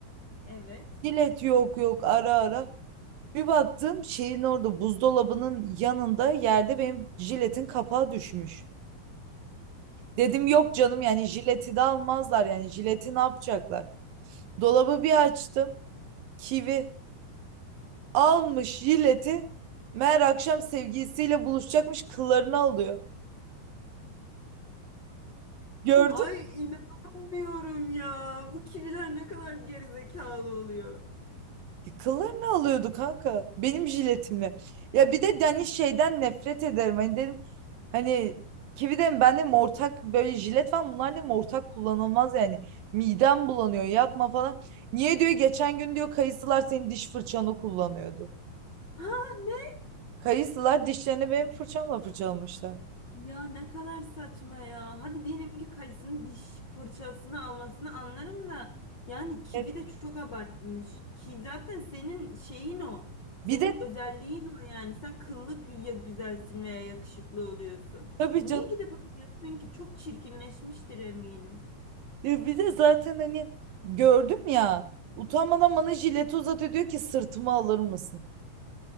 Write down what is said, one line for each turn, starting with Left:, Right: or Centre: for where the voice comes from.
Left: evet.
Right: Jilet yok yok ara ara. Bir baktım şeyin orada buzdolabının yanında yerde benim jiletin kapağı düşmüş. Dedim yok canım yani jileti de almazlar yani jileti ne yapacaklar? Dolabı bir açtım kivi almış jileti meğer akşam sevgilisiyle buluşacakmış kıllarını alıyor. Gördün
Left: Ay inanmıyorum ya. Bu kiviler ne kadar gerizekalı oluyor.
Right: E, Kıllarını alıyordu kanka. Benim jiletimle. Ya bir de hani şeyden nefret ederim. Hani dedim hani kivi de ben de ortak böyle jilet var. Bunlar dedim ortak kullanılmaz yani. Midem bulanıyor yapma falan. Niye diyor geçen gün diyor kayısılar senin diş fırçanı kullanıyordu.
Left: Ha ne?
Right: Kayısılar dişlerini benim fırçamla fırçalamışlar.
Left: Ya ne kadar saçma ya. Hadi diyelim ki kayısının diş fırçasını almasını anlarım da yani kivi
Right: Evet.
Left: de çok abartmış. Ki zaten senin şeyin o. Senin
Right: Bir de
Left: özelliğin o yani. Sen kıllı gü- ya güzelsin veya yakışıklı oluyorsun.
Right: tabii
Left: Niye
Right: canım
Left: gidip alıyorsun ki? Çok çirkinleşmiştir eminim.
Right: ya bir de zaten hani gördüm ya utanmadan bana jileti uzatıyor diyor ki sırtıma alır mısın?